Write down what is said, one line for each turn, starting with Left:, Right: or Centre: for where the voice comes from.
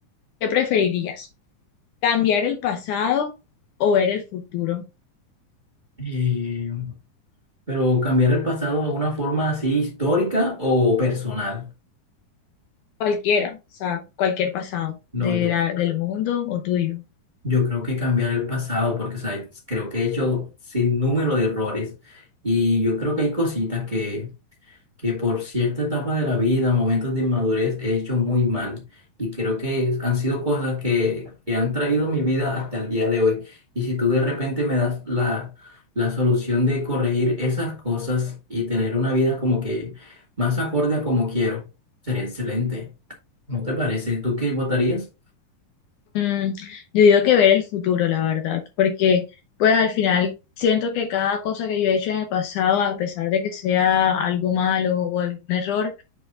Left: ¿qué preferirías? ¿Cambiar el pasado o ver el futuro?
Right: Eh, pero cambiar el pasado de una forma así histórica o personal.
Left: Cualquiera, o sea, cualquier pasado
Right: No,
Left: de
Right: yo,
Left: la-
Right: c-
Left: del mundo o tuyo.
Right: yo creo que cambiar el pasado, porque o sea, creo que he hecho sin número de errores y yo creo que hay cositas que que por cierta etapa de la vida, momentos de inmadurez, he hecho muy mal. Y creo que es- han sido cosas que, que han traído mi vida hasta el día de hoy. Y si tú de repente me das la, la solución de corregir esas cosas y tener una vida como que más acorde a como quiero, sería excelente. ¿No te parece? ¿Tú qué votarías?
Left: Mm, yo digo que ver el futuro, la verdad, porque pues al final siento que cada cosa que yo he hecho en el pasado, a pesar de que sea algo malo o algún error,